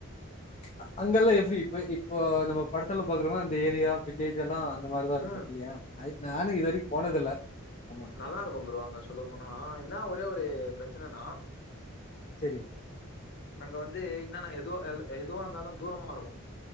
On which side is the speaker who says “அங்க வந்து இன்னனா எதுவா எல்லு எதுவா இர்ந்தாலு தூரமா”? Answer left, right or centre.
Left